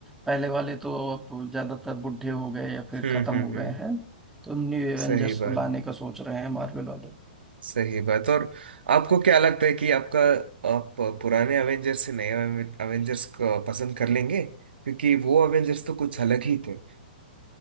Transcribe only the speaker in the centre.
पहले वाले तो अब ज्यादातर बूढ़े हो गए या फिर
खत्म
हो गए
हैं तो न्यू एवेंजर्स
को
लाने का सोच रहे हैं मार्वल वाले